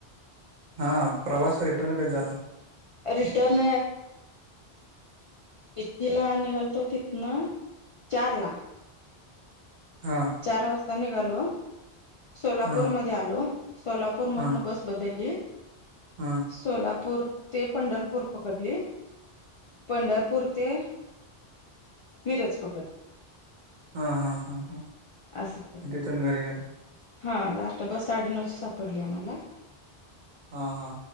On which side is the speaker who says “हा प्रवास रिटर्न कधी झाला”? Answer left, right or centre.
Right